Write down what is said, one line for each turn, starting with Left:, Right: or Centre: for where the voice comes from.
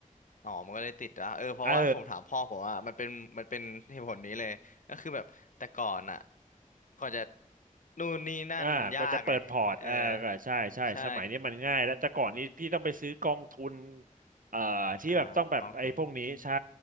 Left: อ๋อมันก็เลยติดอ่ะเออเพราะว่าผมถามพ่อผมอ่ะมันเป็นมันเป็นเหตุผลนี้เลยก็คือแบบแต่ก่อนอ่ะ
Right: เออ
Left: ก่อนจะนู่นนี่นั่นมันยากไงเออ
Right: อ่ากว่าจะเปิดพอร์ตอ่าก็ใช่ใช่สมัยนี้มันง่ายแล้วแต่ก่อนนี้พี่ต้องไปซื้อกองทุน
Left: ใช่
Right: เอ่อที่แบบต้องแบบไอ้พวกนี้ใช่
Left: อ่ากองทุน